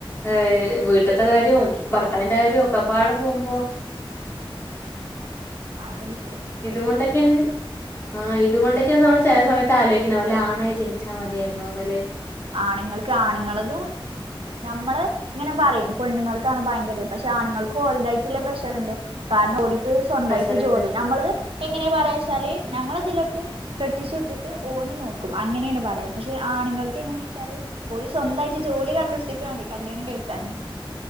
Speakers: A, on the left; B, on the right.
A: ഏഹ് വീട്ടത്തെ കാര്യവും
B: ജോലി നോക്കണം
A: ഭർത്താവിന്റെ കാര്യവും ഒക്കെപ്പാട പോകുമ്പോ
B: ആഗടി
A: ഇതുകൊണ്ടൊക്കെയാണ് ആ ഇതുകൊണ്ടൊക്കെയ ന ചെല സമയത്ത് ആലോിക്കണം അല്ല ആണായി ജനിച്ചാൽ മതിയായിരുന്നു ന്ന്ലെ
B: ആണുങ്ങൾക്ക് ആണുങ്ങളതും നമ്മള് ഇങ്ങനെ പറയും പെണ്ണുങ്ങൾക്കാണ് ഭയങ്കര പക്ഷെ ആണുങ്ങൾക്ക് ഓർത് ആയിട്ടുള്ള പ്രഷർ ഉണ്ട് കാരണംഓലിക്ക് സ്വന്തമായിട്ട്
A: പ്രഷറുണ്ട്
B: ജോലി നമ്മളത് എങ്ങനെയാ പറയാ ല ഞങ്ങൾതിലൊക്കെ കെട്ടിച്ചു വിട്ടിട്ട് ഓല് നോക്കും അങ്ങനെയാണ് പറയാം പക്ഷെ ആണുങ്ങൾ എങ്ങന വെച്ചാല് ഓല് സ്വന്തായിട്ട് ജോലി കണ്ടു പിടിച്ചിട്ട് വേണം കല്യാണം കഴിക്കാൻ